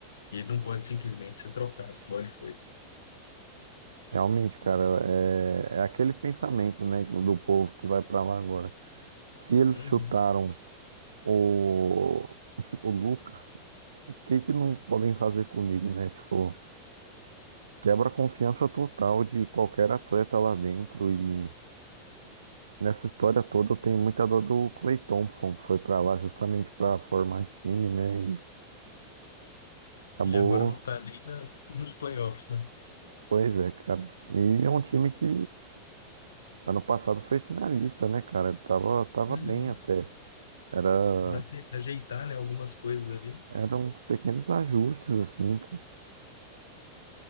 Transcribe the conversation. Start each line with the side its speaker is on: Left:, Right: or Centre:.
Left: E ele não pode simplesmente ser trocado. Foi, ele foi.
Right: Realmente, cara, é, é aquele pensamento, né, do povo que vai pra lá agora. Se eles
Left: Uhum.
Right: chutaram o, <laughs> o Luca, o que que não podem fazer comigo, né? Tipo, quebra a confiança total de qualquer atleta lá dentro e nessa história toda eu tenho muita dor do Clay Thompson, que foi pra lá justamente pra formar time, né? E acabou,
Left: E agora não tá nem na, nos playoffs, né?
Right: pois é, cara. E é um time que ano passado foi finalista, né, cara? Tava, tava
Left: Uhum.
Right: bem até. Era,
Left: Pra se ajeitar, né, algumas coisas ali.
Right: eram uns pequenos ajustes, assim, cara.